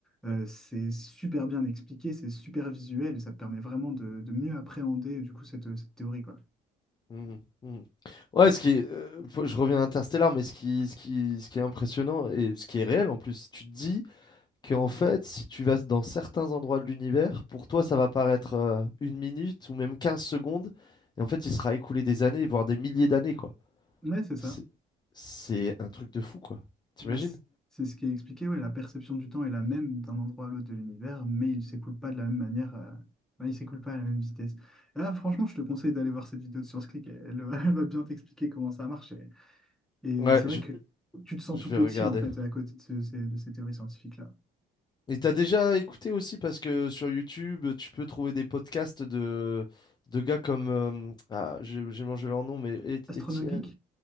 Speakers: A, in the centre; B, on the left.
A: euh, c'est super bien expliqué, c'est super visuel et ça te permet vraiment de, de mieux appréhender du coup cette, cette théorie quoi.
B: Mhm. Mhm. Ouais, ce qui est, euh, faut- je reviens à Interstellar, mais ce qui, ce qui, ce qui est impressionnant et ce qui est réel en plus, tu te dis qu'en fait, si tu vas dans certains endroits de l'univers, pour toi, ça va paraître euh, une minute ou même 15 secondes, et en fait, il sera écoulé des années, voire des milliers d'années, quoi.
A: Ouais, c'est ça.
B: C'est c'est un truc de fou, quoi. T'imagines?
A: Bah, c- c'est ce qui est expliqué, ouais, la perception du temps est la même d'un endroit à l'autre de l'univers, mais il s'écoule pas de la même manière, euh, ouais, il s'écoule pas à la même vitesse. Et Là, franchement, je te conseille d'aller voir cette vidéo de Science Click, elle, elle va <laughs> elle va bien t'expliquer comment ça marche. Et, et
B: Ouais,
A: c'est vrai
B: je,
A: que tu te sens
B: je
A: tout
B: vais
A: petit
B: regarder.
A: en fait à côté de, ce- ces, de ces théories scientifiques-là.
B: Et t'as déjà écouté aussi parce que sur YouTube, tu peux trouver des podcasts de, de gars comme... euh, ah, j'ai j'ai mangé leur nom, mais
A: Astronogeek?
B: Étienne.